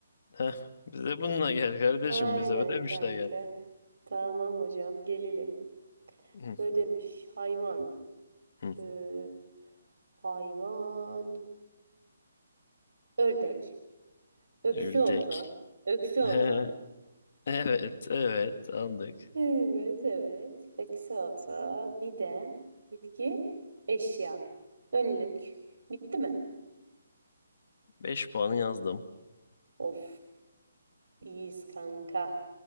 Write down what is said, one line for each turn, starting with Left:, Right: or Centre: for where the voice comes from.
Left: Heh, bize bununla gel kardeşim.
Right: Aynen
Left: Bize ödemişle
Right: kanka.
Left: gel.
Right: Tamam hocam. Gelelim.
Left: Hı,
Right: Ödemiş. Hayvan.
Left: hı.
Right: Ee, hayvan. Ördek. Öksü
Left: Ürdek.
Right: otu. Öksü
Left: <laughs>
Right: otu.
Left: He. Evet, evet aldık.
Right: Evet, evet. Peki salata. Bir de bitki, eşya. Önlük. Bitti mi?
Left: Beş puanı yazdım.
Right: Of, iyiyiz kanka.